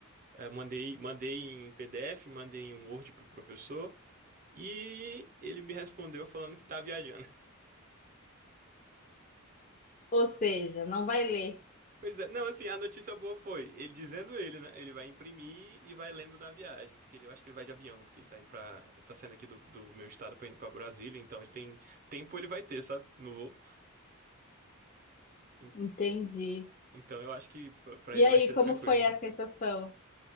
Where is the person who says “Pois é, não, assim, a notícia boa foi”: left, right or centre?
Right